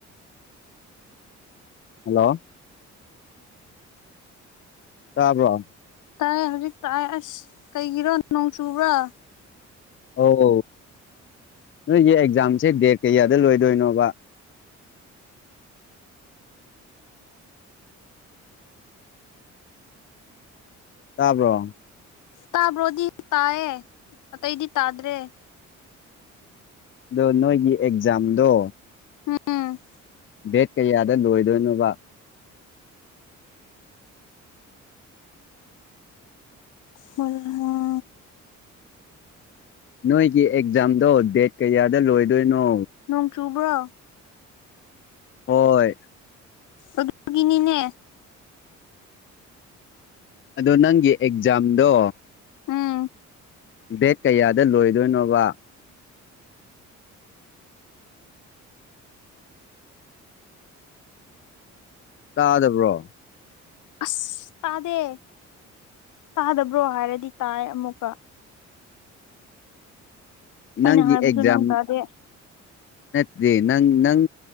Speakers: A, on the left; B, on the left.
A: ꯍꯜꯂꯣ ꯇꯥꯕꯔꯣ
B: ꯇꯥꯏ ꯍꯧꯖꯤꯛ ꯇꯥꯛꯑ ꯑꯁ ꯀꯩꯒꯤꯔꯣ ꯅꯣꯡ ꯆꯨꯕ꯭ꯔꯥ
A: ꯑꯧ ꯅꯣꯏꯒꯤ ꯑꯦꯛꯖꯥꯝꯁꯦ ꯗꯦꯠ ꯀꯌꯥꯗ ꯂꯣꯏꯗꯣꯏꯅꯣꯕ ꯇꯥꯕ꯭ꯔꯣ
B: ꯇꯥꯕ꯭ꯔꯣꯗꯤ ꯇꯥꯏꯌꯦ ꯑꯇꯩꯗꯤ ꯇꯥꯗ꯭ꯔꯦ
A: ꯑꯗꯣ ꯅꯣꯏꯒꯤ ꯑꯦꯛꯖꯥꯝꯗꯣ
B: ꯎꯝ
A: ꯗꯦꯠ ꯀꯌꯥꯗ ꯂꯣꯏꯗꯣꯏꯅꯣꯕ
B: ꯃꯔ
A: ꯅꯣꯏꯒꯤ ꯑꯦꯛꯖꯥꯝꯗꯣ ꯗꯦꯠ ꯀꯌꯥꯗ ꯂꯣꯏꯗꯣꯏꯅꯣ
B: ꯅꯣꯡ ꯆꯨꯕ꯭ꯔꯣ
A: ꯍꯣꯏ
B: ꯑꯗꯨꯗꯒꯤꯅꯤꯅꯦ
A: ꯑꯗꯣ ꯅꯪꯒꯤ ꯑꯦꯛꯖꯥꯝꯗꯣ
B: ꯎꯝ
A: ꯕꯦꯠ ꯀꯌꯥꯗ ꯂꯣꯏꯗꯣꯏꯅꯣꯕ ꯇꯥꯗꯕ꯭ꯔꯣ
B: ꯑꯁ ꯇꯥꯗꯦ ꯇꯥꯗꯕ꯭ꯔꯣ ꯍꯥꯏꯔꯗꯤ ꯇꯥꯏ ꯑꯃꯨꯛꯀ ꯑꯩꯅ
A: ꯅꯪꯒꯤ
B: ꯍꯥꯏꯕꯁꯨ
A: ꯑꯦꯛꯖꯥꯝ
B: ꯅꯪ ꯇꯥꯗꯦ
A: ꯅꯠꯇꯦ ꯅꯪ ꯅꯪ